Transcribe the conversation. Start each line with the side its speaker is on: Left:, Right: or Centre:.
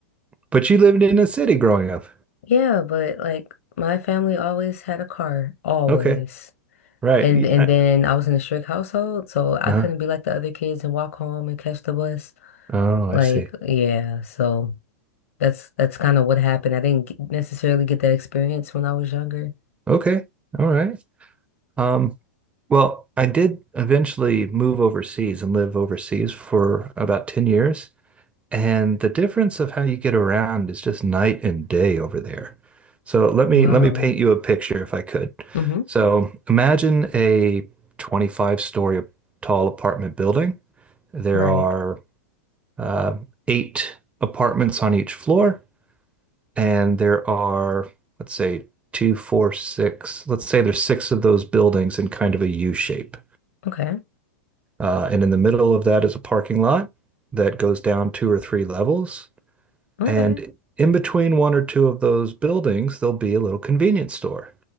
Right: But you lived in a city growing up.
Left: Yeah, but like my family always had a car, always.
Right: Okay. Right.
Left: And
Right: Y-
Left: and
Right: I-
Left: then I was in a strict household, so I
Right: Uh-huh.
Left: couldn't be like the other kids and walk home and catch the bus.
Right: Oh,
Left: Like,
Right: I see.
Left: yeah, so that's that's kind of what happened. I didn't get- necessarily get that experience when I was younger.
Right: Okay. All right. Um, well, I did eventually move overseas and live overseas for about 10 years. And the difference of how you get around is just night and day over there. So let
Left: Wow.
Right: me let me paint you a picture if I could.
Left: Mm-hmm.
Right: So imagine a 25 story tall apartment building. There
Left: Right.
Right: are uh, eight apartments on each floor. and there are, let's say, two, four, six. Let's say there's six of those buildings in kind of a U shape.
Left: Okay.
Right: Uh, and in the middle of that is a parking lot that goes down two or three levels.
Left: Okay.
Right: And in between one or two of those buildings, there'll be a little convenience store.